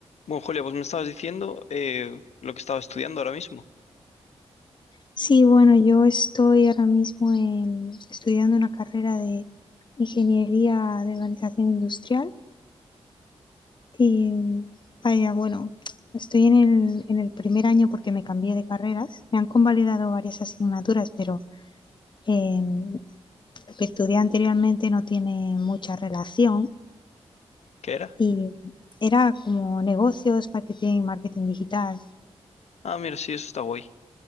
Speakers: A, on the left; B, on the left.
A: Bueno, Julia, pues me estabas diciendo eh, lo que estaba estudiando ahora mismo.
B: Sí, bueno, yo estoy ahora mismo en- estudiando una carrera de ingeniería de organización industrial y mm, vaya, bueno, estoy en el, en el primer año porque me cambié de carreras. Me han convalidado varias asignaturas, pero eh, lo que estudié anteriormente no tiene mucha relación
A: ¿Qué era?
B: y era como negocios, marketing, marketing digital.
A: Ah, mira, sí, eso está guay.